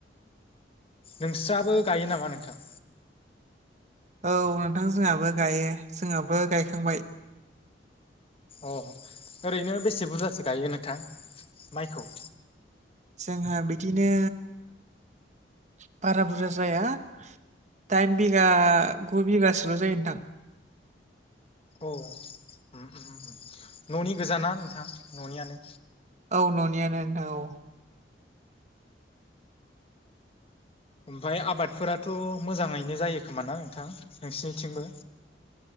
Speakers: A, on the left; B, on the right.
A: नोंस्राबो गायो नामा नोंथां?
B: औ नोंथां जोंहाबो गायो जोंहाबो गायखांबाय।
A: अ ओरैनो बेसे बुरजासो गायो नोंथां माइखौ?
B: जोंहा बिदिनो बारा बुरजा जाया। दाइन बिगा गु बिगासोल' जायो नोंथां।
A: औ उम उम न'नि गोजााना नोंथां न'नियानो?
B: औ न'नियानो नोंथां औ।
A: ओमफाय आबादफोराथ' मोजाङैनो जायो खोमा ना नोंथां नोंसिनिथिंबो?